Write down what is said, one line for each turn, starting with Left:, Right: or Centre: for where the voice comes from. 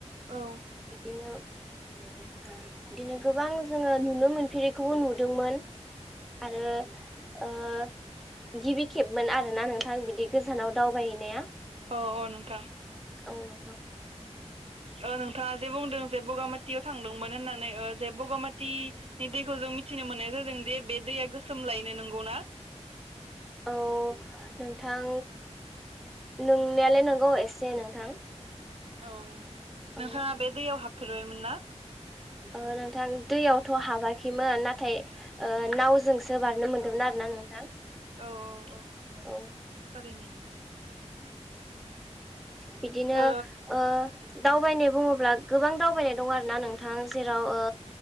Right: औ।
Centre: बिदिनो बिदिनो गोबां जोङो नुन नो मोनफेरैखौबो नुदोंमोन आरो। ओ-गिबि खेबमोन आरोना नोंथां बिदि गोजानाव दावबायहैनाया।
Right: अ' अ' नोंथां।
Centre: औ नोंथां।
Right: ओ नोंथाङा जे बुंदों जे बगामाथियाव थांदोंमोन होननानै ओ जे बगामाथिनि दैखौ जों मिथिनो मोननाय जादों दे बे दैया गोसोमलायनो नोंगौना?
Centre: औ नोंथां नोंनायालाय नोंगौ एसे नोंथां।
Right: औ।
Centre: औ
Right: नोंथाङा बे दैयाव हाब फेरबायमोन ना?
Centre: ओ नोंथां दैयावथ' हाबाखैमोन नाथाय ओ नावजोंसो बारनो मोनदोंमोन आरो ना नोंथां।
Right: औ औ औ
Centre: औ
Right: थारैनो।
Centre: बिदिनो
Right: ओ औ
Centre: ओ दावबायनाय बुङोब्ला गोबां दावबायनाय दं आरो ना नोंथां जेराव ओ